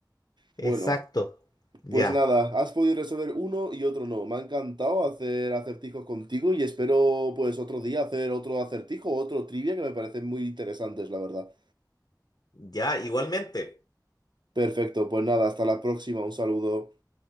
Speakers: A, on the right; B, on the left.
A: Bueno,
B: exacto. Ya.
A: Pues nada, has podido resolver uno y otro no. Me ha encantado hacer acertijos contigo y espero pues otro día hacer otro acertijo, otro trivia que me parecen muy interesantes, la verdad.
B: Ya, igualmente.
A: Perfecto, pues nada, hasta la próxima, un saludo.